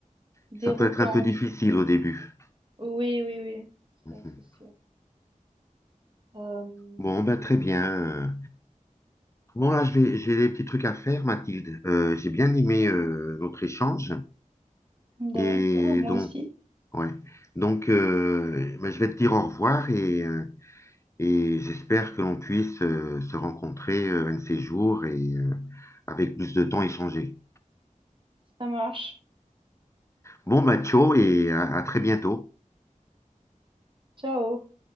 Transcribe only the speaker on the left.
Ça peut être un peu difficile
au début.
Mhm.
Bon, ben très bien. euh. Bon, là, je vais, j'ai des petits trucs à faire, Mathilde. Euh, j'ai bien aimé euh, notre échange.
Et
donc,
ouais. Donc, euh, bah, je vais te dire au revoir et, euh, et j'espère que l'on puisse euh, se rencontrer euh, un de ces jours et euh, avec plus de temps échanger.
Bon, bah, ciao et à à très bientôt.